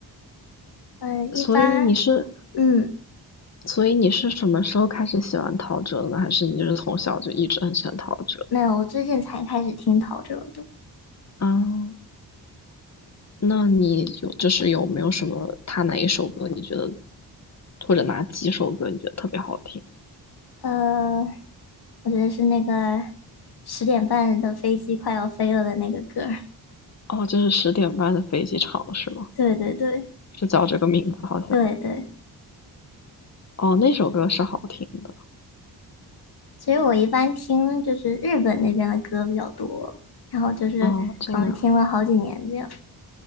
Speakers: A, on the left (about 65°); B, on the left (about 40°).
A: 嗯，一般，
B: 所以你是，
A: 嗯，
B: 所以你是什么时候开始喜欢陶喆的呢？还是你就是从小就一直很喜欢陶喆？
A: 没有，我最近才开始听陶喆的。
B: 啊，那你有就是有没有什么他哪一首歌你觉得，或者哪几首歌你觉得特别好听？
A: 呃，我觉得是那个十点半的飞机快要飞了的那个歌儿
B: 哦，就是十点半的飞机场是吗？
A: <laughs> 对对对
B: 是叫这个名字好像。
A: 对对，
B: 哦，那首歌是好听的。
A: 其实我一般听就是日本那边的歌比较多，然后就是可能听了好几年这样。
B: 哦，这样，